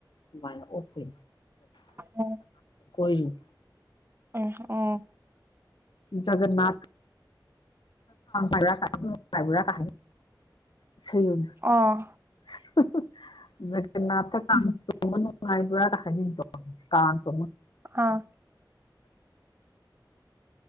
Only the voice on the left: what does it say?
ꯃꯥꯅ ꯑꯣꯏ
<unintelligible>
ꯖꯒꯅꯥꯊ ꯥꯏꯕ꯭ꯔꯥ ꯀꯥꯏꯕ꯭ꯔꯥ ꯀꯥ ꯏꯁꯩ ꯑꯣꯏꯅ
<unintelligible> ꯒꯅꯥꯠ ꯀꯥꯟ ꯇ ꯅꯨꯡꯉꯥꯏꯕ ꯀ ꯍꯥꯏ ꯀꯥꯟ ꯇꯣ